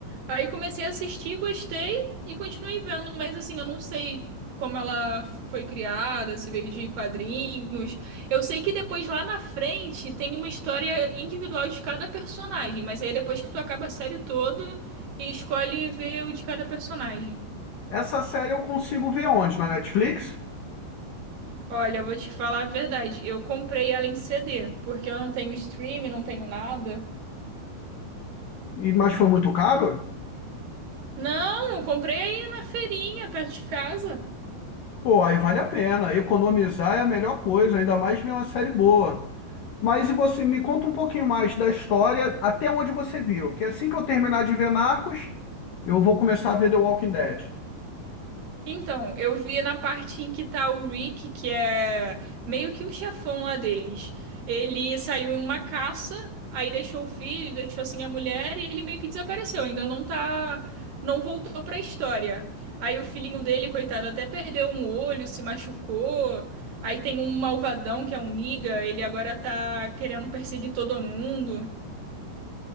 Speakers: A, on the right; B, on the left.
A: Aí comecei a assistir, gostei e continuei vendo, mas assim, eu não sei como ela f- foi criada, se veio de quadrinhos. Eu sei que depois lá na frente tem uma história individual de cada personagem, mas aí depois que tu acaba a série toda, escolhe ver o de cada personagem.
B: Essa série eu consigo ver onde? Na Netflix?
A: Olha, eu vou te falar a verdade. Eu comprei ela em CD, porque eu não tenho stream, não tenho nada.
B: E- mas foi muito caro?
A: Não, eu comprei aí na feirinha, perto de casa.
B: Pô, aí vale a pena. Economizar é a melhor coisa, ainda mais ver uma série boa. Mas e você me conta um pouquinho mais da história, até onde você viu, que assim que eu terminar de ver Narcos, eu vou começar a ver The Walking Dead.
A: Então, eu vi na parte em que tá o Rick, que é meio que o chefão lá deles. Ele saiu em uma caça, aí deixou o filho, deixou assim a mulher e ele meio que desapareceu. Ainda não tá, não voltou pra história. Aí o filhinho dele, coitado, até perdeu um olho, se machucou. Aí tem um malvadão que é um Niga, ele agora tá querendo perseguir todo mundo.